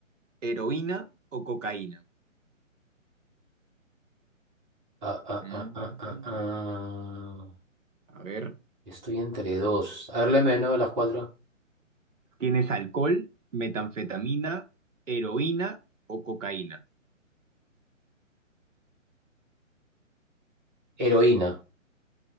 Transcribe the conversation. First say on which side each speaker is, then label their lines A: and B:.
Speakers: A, on the right (about 70°); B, on the right (about 35°).
A: heroína o cocaína.
B: Ah, ah,
A: Mm,
B: ah, ah, ah, ah.
A: a ver.
B: Estoy entre dos. A ver, léeme, ¿no? Las cuatro.
A: Tienes alcohol, metanfetamina, heroína o cocaína.
B: Heroína.